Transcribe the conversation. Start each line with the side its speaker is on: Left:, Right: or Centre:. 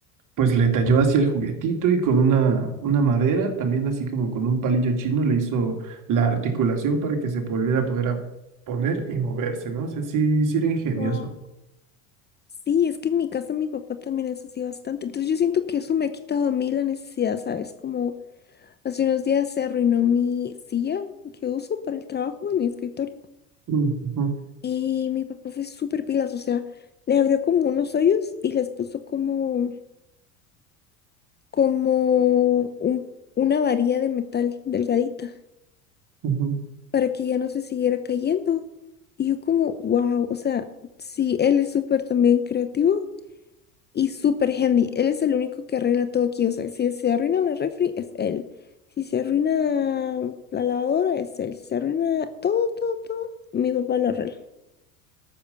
Right: pues le talló así el juguetito y con una, una madera, también así como con un palillo chino, le hizo la articulación para que se volviera a poder a poner y moverse, ¿no? O sea, sí, sí era ingenioso.
Left: Wow. Sí, es que en mi casa mi papá también es así bastante. Entonces yo siento que eso me ha quitado a mí la necesidad, ¿sabes? Como hace unos días se arruinó mi silla que uso para el trabajo en mi escritorio.
Right: Mm, ujú,
Left: Y mi papá fue súper pilas, o sea, le abrió como unos hoyos y les puso como, como un- una varilla de metal delgadita.
Right: ujú.
Left: para que ya no se siguiera cayendo. Y yo como, wow, o sea, sí, él es súper también creativo y súper handy. Él es el único que arregla todo aquí. O sea, si se arruina la refri, es él. Si se arruina la lavadora, es él. Si se arruina todo, todo, todo, mi papá lo arregla.